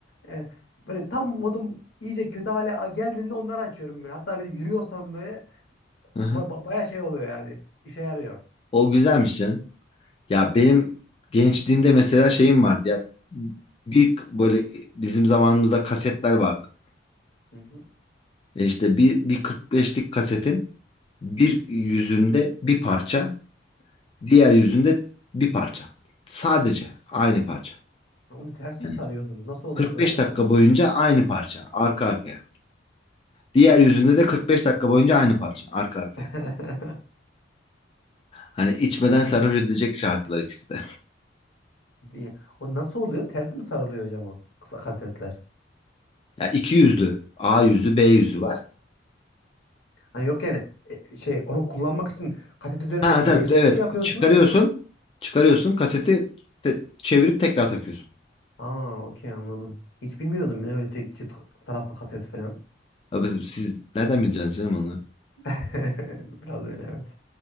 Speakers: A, on the left; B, on the left.
A: E, böyle tam modum iyice kötü hale geldiğinde onları açıyorum böyle. Hatta bir de yürüyorsam böyle
B: Hı hı.
A: ba- ba- baya şey oluyor yani. İşe yarıyor.
B: O güzelmiş canım. Ya benim gençliğimde mesela şeyim vardı ya. Bir böyle bizim zamanımızda kasetler vardı.
A: Hı hı.
B: E İşte bir, bir 45'lik kasetin bir yüzünde bir parça, diğer yüzünde bir parça. Sadece aynı parça.
A: <laughs> Onu ters mi
B: Yani
A: sarıyordunuz? Nasıl oluyordu
B: 45
A: o iş?
B: dakika boyunca aynı parça arka arkaya. Diğer yüzünde de 45 dakika boyunca aynı parça arka arkaya.
A: <laughs>
B: Hani içmeden sarhoş edecek şarkılar ikisi de.
A: Diye. O nasıl oluyor? Ters mi sarılıyor hocam o kısa kasetler?
B: Ya iki yüzlü, A yüzü, B yüzü var.
A: Hani yok yani e, şey onu kullanmak için kaset üzerinde
B: Ha
A: bir
B: tabii
A: değişiklik
B: evet
A: mi yapıyorsunuz?
B: evet. çıkarıyorsun. Çıkarıyorsun kaseti te- çevirip tekrar takıyorsun.
A: Aa okey anladım. Hiç bilmiyordum ya öyle tek çift taraflı kaset falan.
B: Abi siz nereden bileceksiniz canım onu?
A: <laughs> Biraz öyle evet.